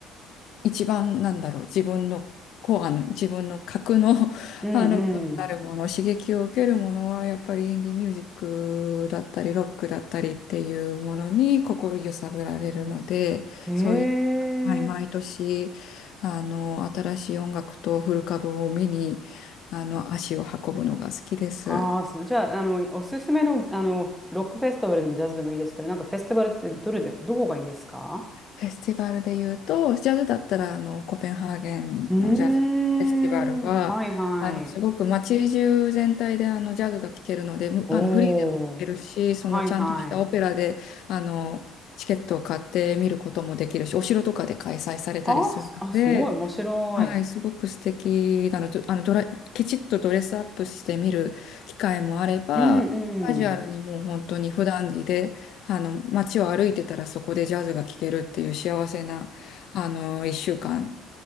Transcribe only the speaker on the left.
一番なんだろう、自分のコアの、自分の核の、<laughs>
あの、なるもの、
刺激を受けるものは、やっぱりインディミュージックだったり、ロックだったりっていうものに心揺さぶられるので、
そういう、はい、毎年、あの、新しい音楽とフル株を見に、あの、足を運ぶのが好きです。
フェスティバルで言うと、ジャズだったら、あの、コペンハーゲンのジャズフェスティバルは、
あの、すごく街中全体で、あの、ジャズが聴けるので、むあの、
フリーでも聴けるし、
その、
ちゃんとしたオペラで、あの、チケットを買って見ることもできるし、お城とかで開催されたりするので、
はい、すごく素敵なの。どあのドラ、きちっとドレスアップして見る機会もあれば、
カジュアルにもう本当に普段着で、
あの、街を歩いてたらそこでジャズが聴けるっていう幸せな、あの、一週間、